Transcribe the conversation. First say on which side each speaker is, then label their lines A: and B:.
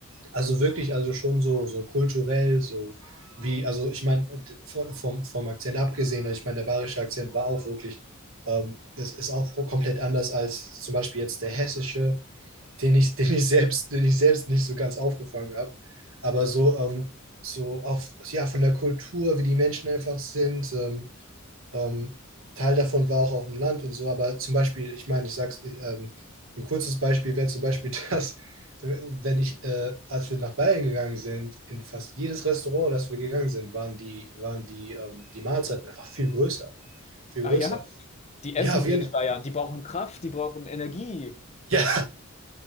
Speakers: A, on the right (about 70°); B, on the left (about 30°).
A: Also wirklich, also schon so, so kulturell, so wie, also ich meine, vom, vom Akzent abgesehen, also ich meine, der bayerische Akzent war auch wirklich, ähm, es ist auch komplett anders als zum Beispiel jetzt der hessische, den ich, <laughs> den ich selbst, den ich selbst nicht so ganz aufgefangen habe. Aber so, ähm, so auch, ja, von der Kultur, wie die Menschen einfach sind, ähm, ähm, Teil davon war auch auf dem Land und so, aber zum Beispiel, ich meine, ich sag's, ähm, ein kurzes Beispiel wäre zum Beispiel <laughs> das, wenn ich, äh, als wir nach Bayern gegangen sind, in fast jedes Restaurant, das wir gegangen sind, waren die, waren die, ähm, die Mahlzeiten einfach viel größer, viel
B: Ah
A: größer.
B: ja, die
A: Ja,
B: essen
A: auf jeden
B: mehr, die
A: Fall.
B: Bayern. Die brauchen Kraft, die brauchen Energie.
A: Ja,